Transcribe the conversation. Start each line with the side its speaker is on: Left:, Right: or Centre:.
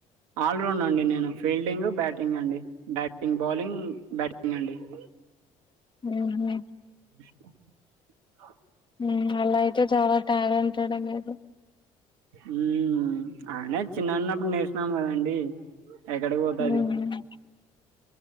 Right: ఆల్రౌండ్ అండి నేను ఫీల్డింగ్ బ్యాటింగ్ అండి బ్యాటింగ్ బౌలింగ్ బ్యాటింగ్ అండి <inaudible>
Left: ఉహుమ్
Right: <inaudible>
Left: ఉమ్ అలా అయితే చాలా టాలెంటెడ్ ఏ మీరు
Right: ఉమ్ ఆయిన చిన్నన్నప్పుడు నేర్చికున్నాం కదండి ఎక్కడికి పోతది
Left: మ్మ్